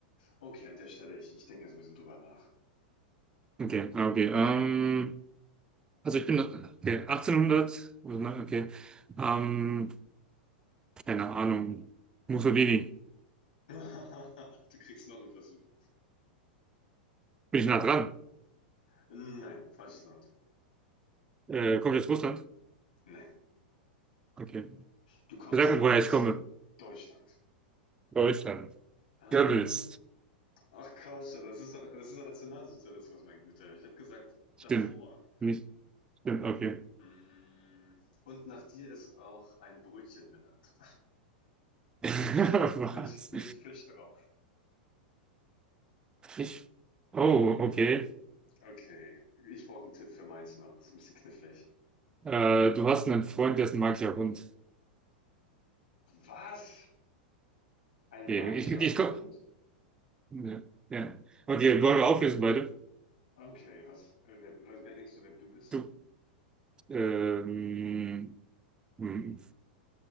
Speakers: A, on the left; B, on the right.
A: Okay, an der Stelle, ich, ich denke jetzt ein bisschen drüber nach.
B: Okay, ah, okay. Ähm, also ich bin okay, 1800. oder nein, Okay. Ähm, keine Ahnung. Mussolini.
A: <laughs> Du kriegst noch einen Versuch.
B: Bin ich nah dran?
A: Nein, falsches Land.
B: Äh, komme ich aus Russland?
A: Nein.
B: Okay.
A: Du kommst
B: Sag mir,
A: aus
B: woher ich komme.
A: Deutschland.
B: Deutschland.
A: Ähm,
B: Goebbels.
A: ach komm schon, das ist doch, das ist doch Nationalsozialismus, mein Guter. Ich habe gesagt, davor.
B: Stimmt. Nicht. Stimmt, okay.
A: Mm, Und nach dir ist auch ein Brötchen benannt.
B: <laughs>
A: <laughs>
B: Was?
A: Mit, mit Fisch drauf.
B: Ich. Oh,
A: Ähm,
B: okay.
A: Okay, ich brauche einen Tipp für meins noch. Ist ein bisschen knifflig.
B: Äh, du hast einen Freund, der ist ein magischer Hund.
A: Was? Ein
B: Okay,
A: magischer
B: ich, ich komm.
A: Hund?
B: Ja. ja. Okay, wollen wir auflösen beide?
A: Okay, was äh, wer wer wer denkst du, wer du bist?
B: Du. Ähm, hm.